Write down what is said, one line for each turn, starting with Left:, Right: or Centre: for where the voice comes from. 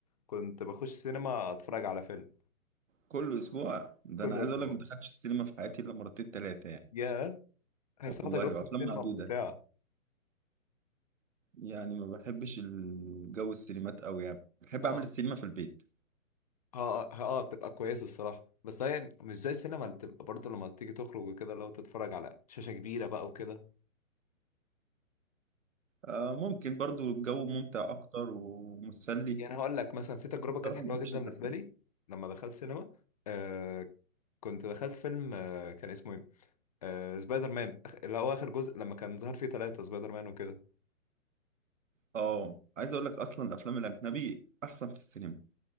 Left: كنت بخش سينما اتفرج على فيلم
Right: كل اسبوع ده
Left: كل
Right: انا عايز
Left: اسبوع
Right: اقول لك ما دخلتش السينما في حياتي الا مرتين تلاتة يعني
Left: يا هي بصراحه
Right: والله
Left: تجربه
Right: وافلام
Left: السينما
Right: معدودة
Left: ممتعه
Right: يعني ما بحبش الجو السينمات قوي يعني بحب
Left: اه
Right: اعمل السينما في البيت
Left: اه اه آه، بتبقى كويسه الصراحه بس هي مش زي السينما اللي بتبقى برضه لما تيجي تخرج وكده لو تتفرج على شاشه كبيره بقى وكده
Right: آه ممكن برضو الجو ممتع اكتر ومسلي
Left: يعني هقول لك مثلا في تجربة
Right: بس بصراحة
Left: كانت حلوة
Right: ما بحبش
Left: جدا
Right: الزحمة
Left: بالنسبة لي لما دخلت سينما آه كنت دخلت فيلم آه كان اسمه ايه آه سبايدر مان أخ- اللي هو آخر جزء لما كان ظهر فيه ثلاثة سبايدر مان وكده
Right: اه عايز اقول لك اصلا الافلام الاجنبي احسن في السينما